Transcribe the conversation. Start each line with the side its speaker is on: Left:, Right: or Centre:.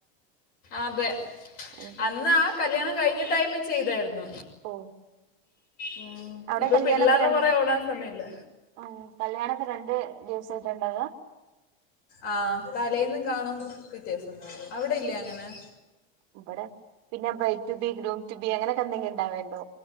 Left: അതെ
Right: ഉം
Left: അന്ന് ആ കല്യാണം കഴിഞ്ഞ ടൈമിൽ ചെയ്തായിരുന്നു
Right: ഓ
Left: ഉം.
Right: അവിടെ
Left: ഇപ്പൊ
Right: കല്യാണക്കെ
Left: പിള്ളേരുടെ
Right: രണ്ട്
Left: പുറകെ ഓടാൻ സമയമില്ല
Right: ഉ കല്യാണക്കെ രണ്ട് ദിവസമായിട്ടുണ്ടകാ
Left: ആ തലേയിന്നും കാണും പിറ്റേ ദിവസവും കാണും അവിടെ ഇല്ലേ അങ്ങനെ-
Right: ഇവിടെ പിന്നെ bride to be groom to be അങ്ങനെയൊക്കെ എന്തെങ്കിലും ഉണ്ടാവേയുണ്ടോ